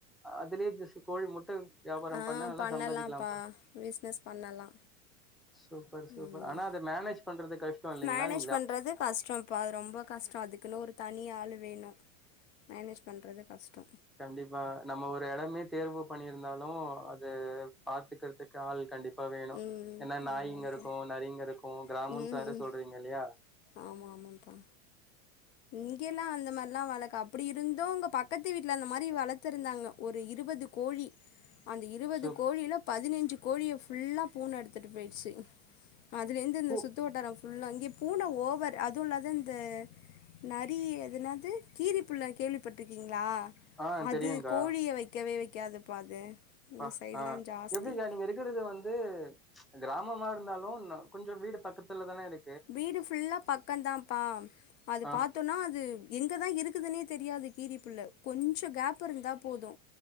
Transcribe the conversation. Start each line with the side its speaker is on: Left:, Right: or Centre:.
Centre: அதுலே <unintelligible> கோழி முட்டை வ்யாபாரம்
Left: ஆ
Centre: பண்ணா நல்லா
Left: பண்ணலாம்ப்பா
Centre: சம்பாதிக்கலாம்ப்பா
Left: பிஸ்னஸ் பண்ணலா
Centre: சூப்பர் சூப்பர்
Left: ம்
Centre: ஆனா அத மேனேஜ் பண்றது கஷ்டொ இல்லைங்களா
Left: மேனேஜ்
Centre: நீ
Left: பண்றது கஷ்டொம் இப்ப அது ரொம்ப கஷ்டொ அதுக்குன்னு ஒரு தனி ஆளு வே ணு மேனேஜ் பண்றது கஷ்டொ
Centre: கண்டிப்பா நம்ம ஒரு எடமே தேர்வு பண்ணியிருந்தாலோ அது பாத்துக்குறதுக்கு ஆள் கண்டிப் ப்பா வேணோ
Left: ம்
Centre: என்னா நாய்ங்க
Left: ஆமாம்ப்பா
Centre: இருக்கோ நரிங்க இருக்கோ கிராமம்ஸ்
Left: ம்
Centre: வேற
Left: ம்
Centre: சொல்றீங்க இல்லயா
Left: ஆமா ஆமாப்பா இங்கெல்லா அந்த மார்ல்லா வளக்க அப்டி இர்ந்தோ உங்க பக் கத்து வீட்ல அந்த மாரி வளத்து இருந்தாங்க ஒரு இருபது கோழி அந்த இருவது
Centre: சோ
Left: கோழில பதினஞ் சு கோழிய ஃபுல்லா பூன எடுத்துட்டு போய்டுச்சு அதுல இருந்து இந்த
Centre: பூ
Left: சுத்து வட்டாரோ உள்ளங்யே பூன ஓவர் அதுவோ இல்லாத இந்த நரி அது என்னாது கீரி புள்ள கேள்விப் பட்ருக்கீங்களா
Centre: ஆ
Left: அது
Centre: தெரியுங்கா
Left: கோழிய வெக்கவே வெக் நிக்காதுப்பா அது இந்த
Centre: பா
Left: சைட்லா
Centre: ஆஹ்
Left: ஜாஸ்தி
Centre: எப்டிக்கா நீங்க இருக்கறத வந்து கிராமமா இருந்தாலோ கொஞ்சோ வீடு பக்கத்துல தா இருக்
Left: வீடு ஃபுல்லா பக்கந்தாப்பா அது
Centre: ஆ
Left: பாத்தோனா அது எங்கதா இருக்குதுனே தெரியாது கீரிப்புள்ள கொஞ்சோ கேப்பு இருந்தா போதோ